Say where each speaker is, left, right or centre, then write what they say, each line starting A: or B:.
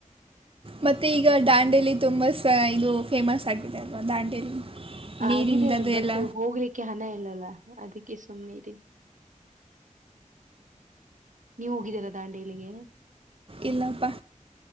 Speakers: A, on the right (about 45°); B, on the right (about 70°).
A: ಮತ್ತೆ ಈಗ ದಾಂಡೇಲಿ ತುಂಬಾ ಸ ಇದು ಫೇಮಸ್ ಆಗಿದೆ ಅಲ್ವಾ ದಾಂಡೇಲಿ ನೀರಿಂದದು
B: ಆಗಿದೆ ಬಟ್
A: ಎಲ್ಲ
B: ಹೋಗ್ಲಿಕ್ಕೆ ಹಣ ಇಲ್ಲಲ್ಲ ಅದಕ್ಕೆ ಸುಮ್ನೆ ಇದೀ ನೀವು ಹೋಗಿದ್ದೀರಾ ದಾಂಡೇಲಿಗೆ
A: ಇಲ್ಲಪ್ಪ